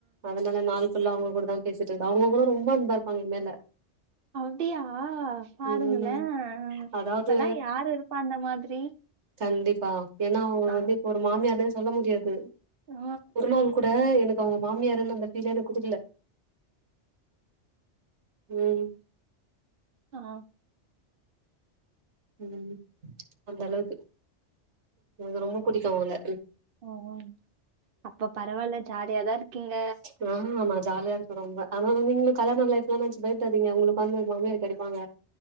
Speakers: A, on the right; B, on the right.
A: அதுக் அந நாள்க்குள்ள அவ்ங்க கூடு தான் பேசிட்ருந்த அவ்ங்கவ் கூட ரொம்பா அன்பா இருப்பாங்க எங் மேல
B: அவ்ல்தியா பாருங்குளே
A: ம் அதாவது
B: இப்பல்லா யாரு இருப்பா அந்த மாதிரி
A: கண்டிப்பா ஏன்னா அவ்ங்கொ
B: ஆ
A: வந்து இப்பு ஒரு மாமியார் னு சொல்ல முடியாது
B: ஆ
A: ஒரு நாள் கூட எனக் ப உங்க மாமியருன்னு அந்த ஃபீலே எனக் குடுக்கல ம்
B: அஆ
A: ம்ம்ம் அந்த அளவுக்கு எங்க ரொம்ப புடிக்கு அவ்ல
B: ஒஓன் அப்ப பரவால்ல ஜாலியாதார்க்கீங்க
A: ஹா ஆமா ஜாலியா இருக்கு ரொம்ப ஆனா நீங் நீங்ளு கல்யாண லைஃப்லா நென்ச்சி பய்ப்டாதீங்க உங்களு பந்தல் மாமியார் கெடைப்பாங்க